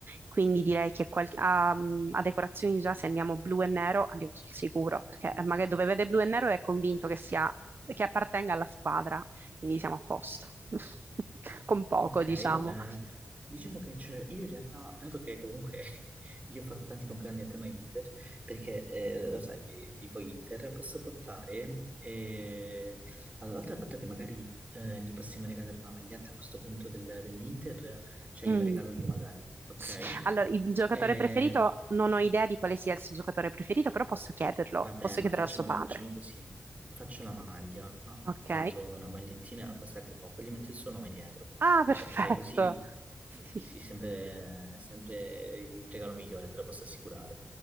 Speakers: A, on the right; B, on the right.
A: quindi direi che qual- a, a decorazioni già se andiamo blu e nero andiamo sul sicuro, perché magari dove vede blu e nero è convinto che sia, che appartenga alla squadra, quindi siamo a posto, <laughs> con poco
B: Ok,
A: diciamo.
B: vabbè, diciamo che c'è, io in realtà, dato che comunque <laughs> io ho fatto tanti compleanni a tema Inter, perché eh, lo sai che tipo Inter posso portare, eh, allora, oltre al fatto che magari eh, gli possiamo regalare una maglietta a questo punto del- dell'Inter, cioè gliela
A: Mm.
B: regalo io magari, ok?
A: Sì. Allora, il giocatore
B: Eh,
A: preferito, non ho idea di quale sia il suo giocatore preferito, però posso chiederlo,
B: Vabbè,
A: posso
B: ma
A: chiederlo
B: facciamo,
A: a suo padre.
B: no, facciamo così. Gli faccio la maglia,
A: Ok?
B: tanto una magliettina costa anche poco, gli metto il suo nome dietro.
A: Ah, perfetto.
B: Ok, così
A: Sì.
B: sì, sì, sempre, sempre il regalo migliore, te lo posso assicurare.